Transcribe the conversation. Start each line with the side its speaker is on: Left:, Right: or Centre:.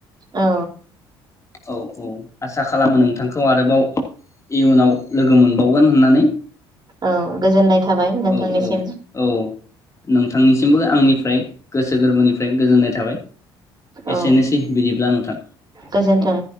Right: औ
Left: औ औ। आसा खालामो नोंथांखौ आरोबाव इयुनाव लोगो मोनबावगोन होननानै।
Right: औ गोजोननाय थाबाय नोंथांनिसिम।
Left: औ औ औ नोंथांनिसिमबो आंनिफ्राय गोसो गोरबोनिफ्राय गोजोननाय थाबाय।
Right: औ
Left: एसेनोसै <unintelligible> अब्ला नोंथां।
Right: गोजोन्थों।
Left: औ